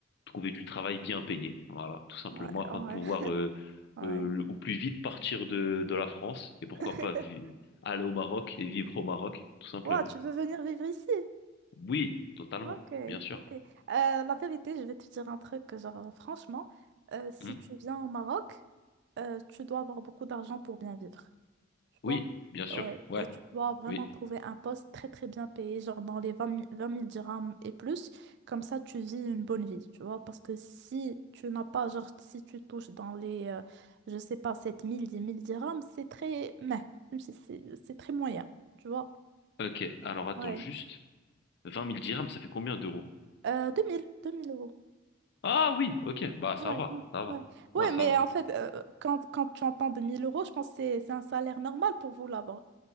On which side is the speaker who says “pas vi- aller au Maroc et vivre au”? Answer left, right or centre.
Left